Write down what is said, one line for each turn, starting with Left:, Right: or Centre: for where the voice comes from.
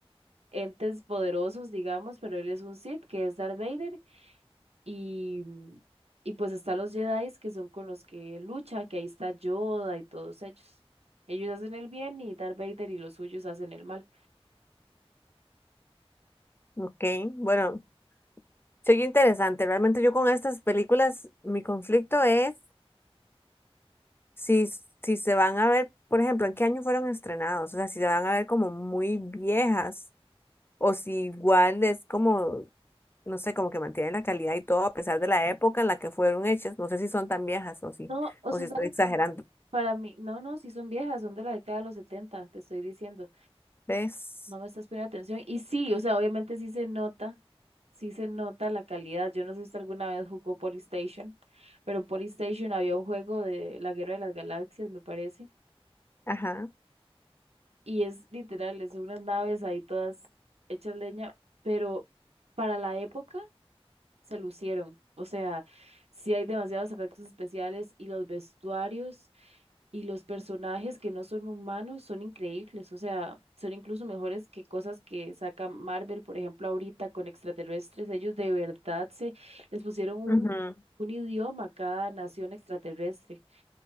Right: entes poderosos, digamos, pero él es un Sith, que es Darth Vader, y, y pues están los Jedi, que son con los que lucha, que ahí está Yoda y todos ellos. Ellos hacen el bien y Darth Vader y los suyos hacen el mal.
Left: Ujú. Ok. Bueno, soy interesante. Realmente yo con estas películas, mi conflicto es. si, si se van a ver, por ejemplo, ¿en qué año fueron estrenados? O sea, si se van a ver como muy viejas o si igual es como, no sé, como que mantienen la calidad y todo a pesar de la época en la que fueron hechas. No sé si son tan viejas o si,
Right: No, o
Left: o
Right: sea,
Left: si
Right: ¿sabe
Left: estoy exagerando.
Right: qué? Para mí, no, no, sí son viejas, son de la década de los setenta te estoy diciendo,
Left: ¿Ves?
Right: no me estás poniendo atención. Y sí, o sea, obviamente sí se nota, sí se nota la calidad. Yo no sé si usted alguna vez jugó Polystation, pero en Polystation había un juego de la Guerra de las Galaxias, me parece,
Left: Ajá.
Right: y es literal, es unas naves ahí todas hechas leña, pero para la época se lucieron. O sea, sí hay demasiados efectos especiales y los vestuarios. Y los personajes que no son humanos son increíbles, o sea, son incluso mejores que cosas que saca Marvel, por ejemplo, ahorita con extraterrestres. Ellos de verdad se les pusieron un,
Left: Ujú,
Right: un idioma a cada nación extraterrestre.